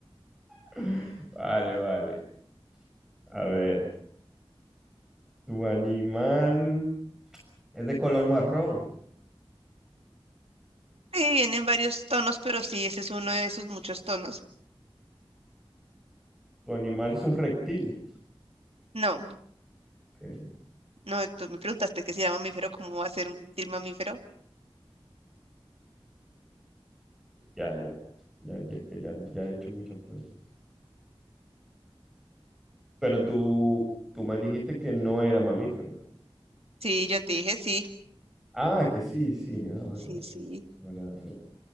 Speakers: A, in the centre; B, on the right (about 80°).
A: <laughs> Vale, vale. A ver, tu animal, Es de color marrón.
B: Sí, vienen varios tonos, pero sí, ese es uno de sus muchos tonos.
A: tu animal es un reptil.
B: No,
A: Ok,
B: no, tú me preguntaste que si era mamífero, ¿cómo va a ser un reptil mamífero?
A: Ya, ya, ya, ya, es que ya, ya he hecho muchas preguntas. Pero tú, tú me dijiste que no era mamífero.
B: Sí, yo te dije sí.
A: Ah, que sí, sí. Ah, vale,
B: Sí,
A: vale.
B: sí.
A: Ahora-